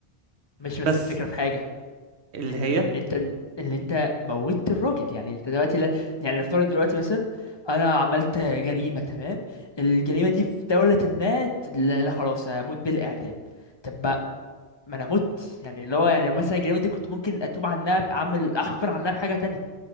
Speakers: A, on the left; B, on the right.
A: ماشي
B: بس
A: بس الفكرة في حاجة
B: اللي
A: ان
B: هي
A: ان انت ان انت موتت الراجل يعني انت دلوقتي لا يعني نفترض دلوقتي مثلا انا عملت جريمه تمام الجريمه دي في دوله ما ت- لا لا خلاص هموت بالاعدام طب ما ما انا مت يعني اللي هو يعني مثلا الجريمه دي كنت ممكن اتوب عنها بعمل اغفر عنها بحاجه تانية